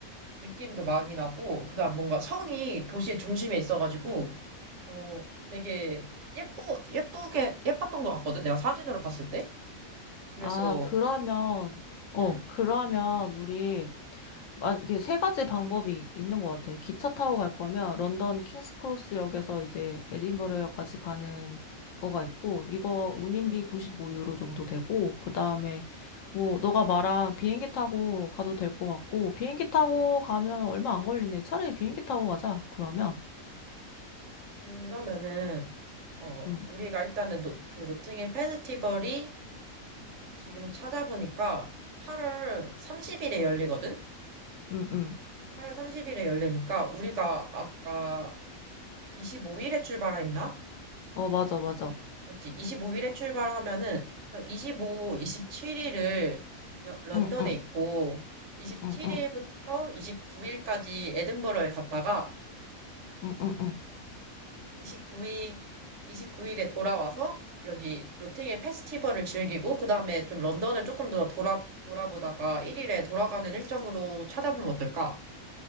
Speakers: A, on the right (about 65°); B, on the left (about 70°).
A: 느낌도 많이 나고 그다음 뭔가 성이 도시의 중심에 있어가지고 어, 되게 예쁘, 예쁘게, 예뻤던 것 같거든, 내가 사진으로 봤을 때. 그래서,
B: 아, 그러면, 어,
A: 음,
B: 그러면 우리 아, 이게 세 가지 방법이 있는 것 같아. 기차 타고 갈 거면 런던 킹스크로스역에서 이제 에딘버러역까지 가는 거가 있고, 이거 운임비
A: 음.
B: 95유로 정도 되고, 그 다음에 뭐, 너가 말한 비행기 타고 가도 될 것 같고, 비행기 타고 가면 얼마 안 걸리네. 차라리 비행기 타고 가자. 그러면.
A: 그러면은, 어,
B: 응,
A: 우리가 일단은 노, 그 노팅힐 페스티벌이 지금 찾아보니까 8월 30일에 열리거든?
B: 응, 응.
A: 8월 30일에 열리니까 우리가 아까 25일에 출발했나?
B: 어, 맞아, 맞아.
A: 맞지? 25일에 출발하면은 그럼 25, 27일을 런던에
B: 응, 응,
A: 있고 27일부터
B: 응, 응,
A: 29일까지 에든버러에 갔다가
B: 응, 응, 응.
A: 29일 29일에 돌아와서 여기 로팅의 페스티벌을 즐기고 그 다음에 좀 런던을 조금 더 돌아 돌아보다가 1일에 돌아가는 일정으로 찾아보면 어떨까?